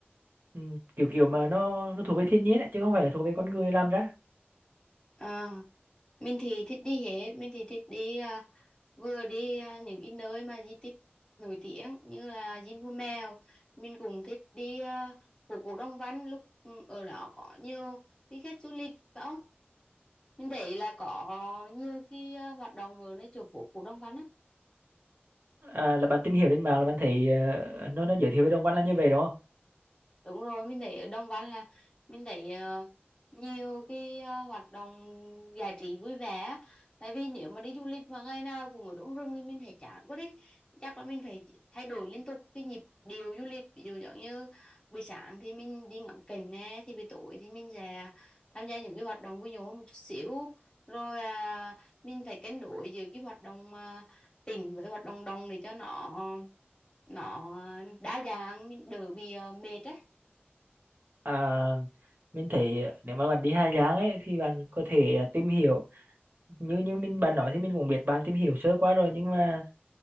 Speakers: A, on the right (about 50°); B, on the left (about 25°).
A: ừ, kiểu kiểu mà nó nó thuộc về thiên nhiên ấy, chứ không phải là thuộc về con người làm ra
B: à, mình thì thích đi hết mình thì thích đi à, vừa đi à, những cái nơi mà di tích nổi tiếng như là Dinh Vua Mèo mình cũng thích đi à, phố cổ Đông Văn lúc ừ, ở đó có nhiều cái khách du lịch phải không mình thấy là có nhiều cái à, hoạt động ở nơi chỗ phố cổ Đông Văn á
A: À, là bạn tìm hiểu trên mạng là bạn thấy ờ, nó nó giới thiệu về Đồng Văn là như vậy đúng không?
B: đúng rồi mình thấy ở Đồng Văn là mình thấy ờ, nhiều cái ờ, hoạt động giải trí vui vẻ á. tại vì nếu mà đi du lịch mà ngày nào cũng ở trong rừng thì mình thấy chán quá đi chắc là mình phải thay đổi liên tục cái nhịp điệu du lịch ví dụ giống như buổi sáng thì mình đi ngắm cảnh nè thì buổi tối thì mình sẽ tham gia những cái hoạt động vui nhộn một chút xíu rồi à, mình phải cân đối giữa cái hoạt động à, tỉnh với hoạt động đồng để cho nó nó đa dạng mình đỡ bị à, mệt á
A: À, mình thấy nếu mà bạn đi Hà Giang ấy thì bạn có thể ờ, tìm hiểu như như mình bạn nói thì mình cũng biết bạn tìm hiểu sơ qua rồi nhưng mà